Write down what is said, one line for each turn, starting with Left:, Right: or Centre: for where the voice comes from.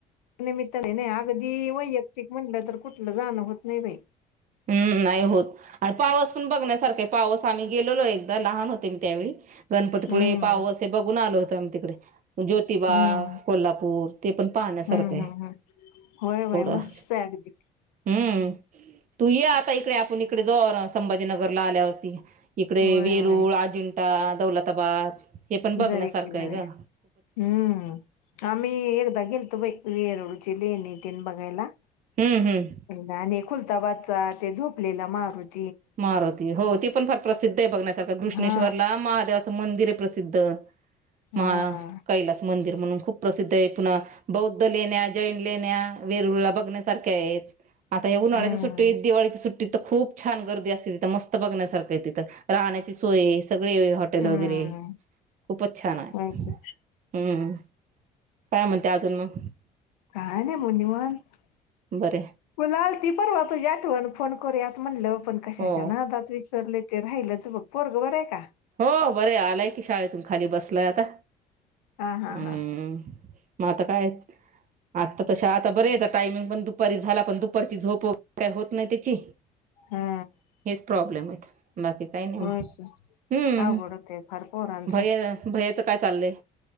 Left: निमित्ताने नाही अगदी वैयक्तिक म्हटलं तर कुठलं जाणं होत नाही बाई.
Right: हम्म नाही होत, आणि पावस पण बघण्यासारखा आहे पावस आम्ही गेलेलो एकदा लहान होते मी त्यावेळी. गणपतीपुळे,
Left: हम्म
Right: पावस हे बघून आलो होतं आम्ही तिकडे... ज्योतिबा,
Left: हम्म
Right: कोल्हापूर ते पण पाहण्यासारखं
Left: हम्म
Right: आहे.
Left: हम्म हम् होय व्हय
Right: थोडं.
Left: मस्तच आहे अगदी...
Right: हम्म तू ये आता इकडे आपण इकडे जाऊ संभाजीनगरला आल्यावरती.. इकडे
Left: होय
Right: वेरुळ,
Left: होय
Right: अजिंठा, दौलताबाद हे पण बघण्यासारखं
Left: जाऊया की जाऊया
Right: आहे गं.
Left: हम्म आम्ही एकदा गेलतो बाई वेरुळची लेणी तेन बघायला...
Right: हम्म हम्म.
Left: एकदा आणि खुलताबादचा ते झोपलेला मारूती...
Right: मारुती हो ते पण फार प्रसिद्ध आहे बघण्यासारखं घृष्णेश्वरला
Left: हा
Right: महादेवाचं... मंदिर आहे प्रसिद्ध
Left: हा
Right: महा कैलास मंदिर... म्हणून खूप प्रसिद्ध आहे पुन्हा बौद्ध लेण्या, जैन लेण्या, वेरुळला बघण्यासारख्या आहेत. आता हे उन्हाळ्याच्या
Left: हम्म
Right: सुट्टीत, दिवाळीच्या सुट्टीत तर खूप छान गर्दी असते तिथं मस्त बघण्यासारखं आहे तिथं. राहण्याची सोय सगळे हॉटेल
Left: हम्म
Right: वगैरे.. खूपच छान आहे,
Left: होय की.
Right: हम्म काय म्हणते अजून मग?
Left: काय नाही म निवांत...
Right: बरे
Left: मुला आलती परवा तुझी आठवण फोन करूयात म्हणलं. पण कशाच्या
Right: हो
Left: नादात विसरले ते राहिलेच बघं, पोरगं बरयं का?
Right: हो बरे आलाय की शाळेतून खाली बसलाय आता.
Left: हा हा
Right: हम्म
Left: हा.
Right: मग आता काय आता तशा आता बरे आहे टायमिंग पण दु.. पारी झाला पण दुपारची झोप वगैरे काय होत नाही त्याची,
Left: हा
Right: हेच प्रॉब्लेम आहेत. बाकी काही नाही मग.
Left: होय की
Right: हम्म
Left: अवघड होतंय फार पोरांचं
Right: भैय भैयाचं काय चाललंय?